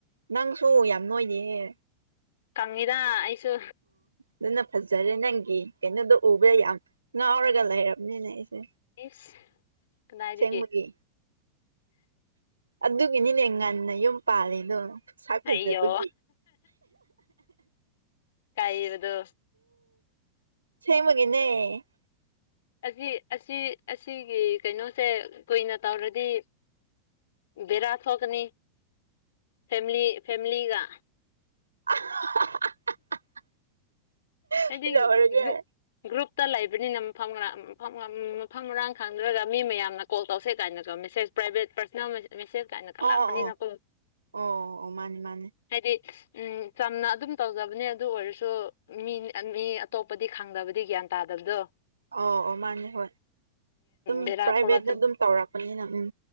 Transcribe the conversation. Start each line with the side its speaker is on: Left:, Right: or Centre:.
Right: ꯅꯪꯁꯨ ꯌꯥꯝ ꯅꯣꯏꯅꯦꯍꯦ
Left: ꯀꯪꯉꯤꯗ ꯑꯩꯁꯨ
Right: ꯑꯗꯨꯅ ꯐꯖꯔꯦ ꯅꯪꯒꯤ ꯀꯩꯅꯣꯗꯣ ꯎꯕꯗ ꯌꯥꯝ ꯉꯥꯎꯔꯒ ꯂꯩꯔꯕꯅꯤꯅ ꯑꯩꯁꯦ
Left: ꯏꯁ ꯀꯗꯥꯏꯒꯦ
Right: ꯑꯁꯦꯡꯕꯒꯤ ꯑꯗꯨꯒꯤꯅꯤꯅꯦ ꯉꯟꯅ ꯌꯨꯝ ꯄꯥꯜꯂꯤꯗꯣ ꯁꯥ ꯐꯖꯕꯗꯤ
Left: ꯑꯩꯌꯣ ꯀꯥꯏꯕꯗꯣ
Right: ꯁ ꯃꯒꯦꯅꯦ
Left: ꯑꯁꯤ ꯑꯁꯤ ꯑꯁꯤꯒꯤ ꯀꯩꯅꯣꯁꯦ ꯀꯨꯏꯅ ꯇꯧꯔꯗꯤ ꯕꯦꯔꯥ ꯊꯣꯛꯀꯅꯤ ꯐꯦꯃꯤꯂꯤ ꯐꯦꯃꯤꯂꯤꯒ
Right: <inaudible>
Left: ꯍꯥꯏꯗꯤ꯭ꯔꯨ
Right: ꯀꯩꯗꯧꯔꯒꯦ
Left: ꯇ ꯂꯩꯕꯅꯤꯅ ꯃꯐꯝꯥꯡ ꯃꯐꯝ ꯃꯐꯝ ꯃꯔꯥꯡ ꯈꯪꯗ꯭ꯔꯒ ꯃꯤ ꯃꯌꯥꯝꯅ ꯀꯣꯜ ꯇꯧꯁꯦ ꯀꯥꯏꯅꯗꯣ ꯃꯦꯁꯦꯁ ꯄ꯭ꯔꯥꯏꯚꯦꯠ ꯄꯔꯁꯅꯦꯜ ꯃꯦꯁꯦꯖ ꯀꯥꯏꯅ ꯀ
Right: ꯑꯣ
Left: ꯂꯥꯛꯄꯅꯤꯅꯀꯣ
Right: ꯑꯣ ꯑꯣ ꯑꯣ ꯑꯣ ꯃꯥꯅꯤ ꯃꯥꯅꯤ
Left: ꯍꯥꯏꯗꯤ ꯎꯝ ꯆꯝꯅ ꯑꯗꯨꯝ ꯇꯧꯖꯕꯅꯦ ꯑꯗꯨ ꯑꯣꯏꯔꯁꯨ ꯃꯤ ꯃꯤ ꯑꯇꯣꯞꯄꯗꯤ ꯈꯪꯗꯕꯗꯤ ꯒ꯭ꯌꯥꯟ ꯇꯥꯗꯕꯗꯣ
Right: ꯑꯣ ꯑꯣ ꯃꯥꯅꯤ ꯍꯣꯏ ꯑꯗꯨꯝ
Left: ꯕꯦꯔꯥ
Right: ꯄ꯭ꯔꯥꯏꯚꯦꯠꯅ
Left: ꯊꯣꯛꯂꯛꯀꯅꯤ
Right: ꯑꯗꯨꯝ ꯇꯧꯔꯛꯄꯅꯤꯅ ꯎꯝ